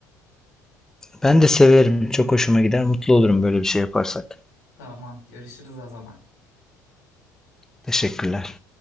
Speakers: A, in the centre; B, on the left.
A: Ben de severim. Çok hoşuma gider. Mutlu olurum böyle bir şey yaparsak.
B: Tamam, görüşürüz o zaman.
A: Teşekkürler.